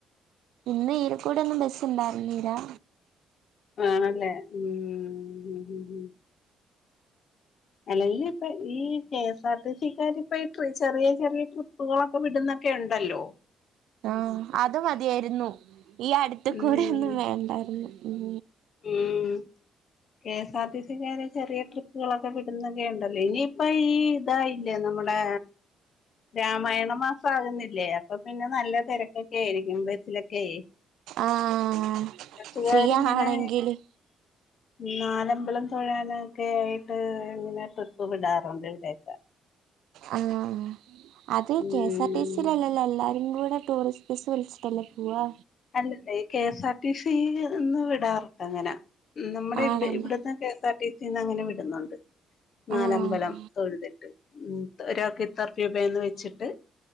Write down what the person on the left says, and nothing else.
വാണം ല്ലേ ഉം ഉം ഉം ഉം അല്ലെങ്കിലിപ്പ ഈ കെ എസ് ആർ ടി സിക്കാരിപ്പ ഈ ട്രി ചെറിയ ചെറിയ ട്രി പ്പ്കളൊക്കെ വിട്ന്നൊക്കെയുണ്ടല്ലോ.
ഉം
ഉം കെ എസ് ആർ ടി സിക്കാര് ചെറിയ ട്രിപ്പുകളൊക്കെ വിട്ന്നൊക്കെയുണ്ടല്ലോ ഇനിയിപ്പ ഈ തായില്ലേ നമ്മടെ രാമായണ മാസാകുന്നില്ലേ അപ്പൊ പിന്നെ നല്ല തെരക്കൊക്കെയിരിക്കും ബസിലൊക്കെ.
ബസ്സുകാരിങ്ങനെ
നാലമ്പലം തൊഴാനൊക്കെ ആയിട്ട് ഇങ്ങനെ ട്രിപ്പ് വിടാറ്ണ്ട് ഇവിടെക്കെ.
ഉം
അല്ലല്ല ഈ K S R T C ഇന്ന് വിടാറ്ണ്ടങ്ങനെ നമ്മടെ
ഇവടെ ഇവ്ട്ന്ന് K S R T C ന്നങ്ങനെ വിട്ന്നുണ്ട്. നാലമ്പലം
തൊഴ്ത്ട്ട് ഉം ത ഒരാക്ക് ഇത്ര രൂപയെന്ന് വെച്ച്ട്ട്.